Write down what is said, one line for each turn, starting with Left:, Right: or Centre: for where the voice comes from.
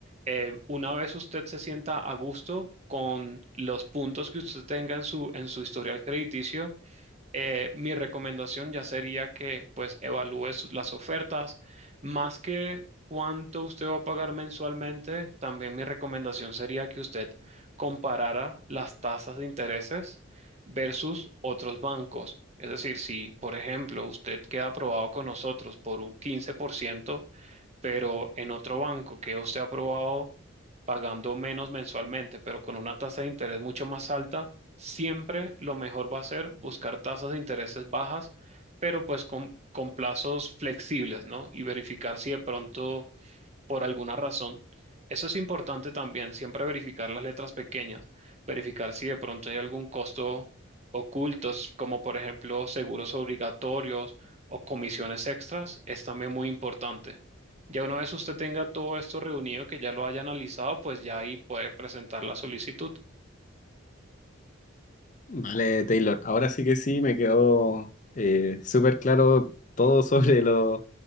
Right: eh, una vez usted se sienta a gusto con los puntos que usted tenga en su, en su historial crediticio, eh, mi recomendación ya sería que pues evalúe su- las ofertas, más que cuánto usted va a pagar mensualmente, también mi recomendación sería que usted comparara las tasas de intereses versus otros bancos. Es decir, si por ejemplo usted queda aprobado con nosotros por un quince por ciento pero en otro banco que usted ha aprobado pagando menos mensualmente, pero con una tasa de interés mucho más alta, siempre lo mejor va a ser buscar tasas de intereses bajas, pero pues con, con plazos flexibles, ¿no? Y verificar si de pronto, por alguna razón, eso es importante también, siempre verificar las letras pequeñas, verificar si de pronto hay algún costo ocultos, como por ejemplo seguros obligatorios o comisiones extras, es también muy importante. Ya una vez usted tenga todo esto reunido, que ya lo haya analizado, pues ya ahí puede presentar la solicitud.
Left: Vale, Taylor. Ahora sí que sí, me quedó eh, súper claro todo <laughs> sobre lo-